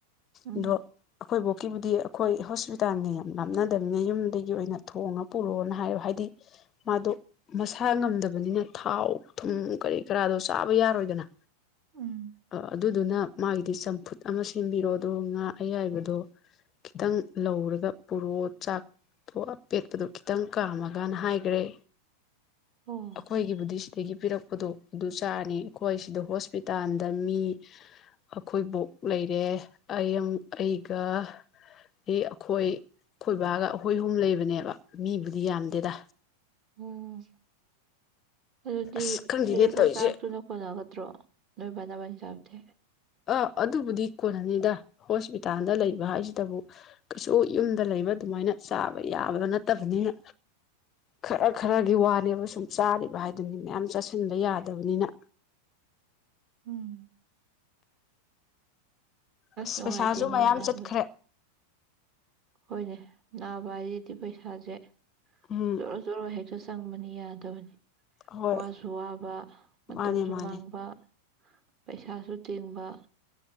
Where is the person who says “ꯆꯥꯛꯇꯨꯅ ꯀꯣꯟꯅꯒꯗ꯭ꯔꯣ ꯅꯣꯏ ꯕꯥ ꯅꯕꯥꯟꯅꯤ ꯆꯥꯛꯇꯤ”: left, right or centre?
Right